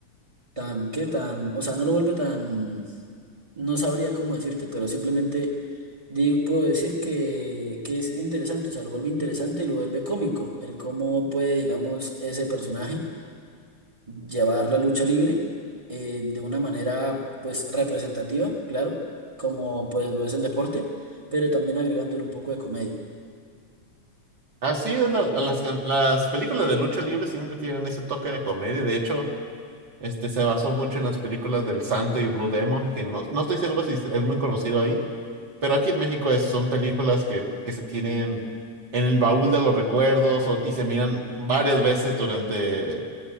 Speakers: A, on the right (about 20°); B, on the right (about 35°).
A: tan, ¿qué tan? O sea, no lo vuelve tan, no sabría cómo decirte, pero simplemente di- puedo decir que, que es interesante, o sea, lo vuelve interesante y lo vuelve cómico, el cómo puede, digamos, ese personaje llevar la lucha libre eh, de una manera pues representativa, claro, como pues lo es el deporte, pero también agregándole un poco de comedia.
B: Así es, la- las, can- las películas de lucha libre siempre tienen ese toque de comedia. De hecho, este se basó mucho en las películas del Santo y Blue Demon, que no, no estoy seguro si es muy conocido ahí Pero aquí en México es- son películas que, que se tienen en el baúl de los recuerdos o- y se miran varias veces durante,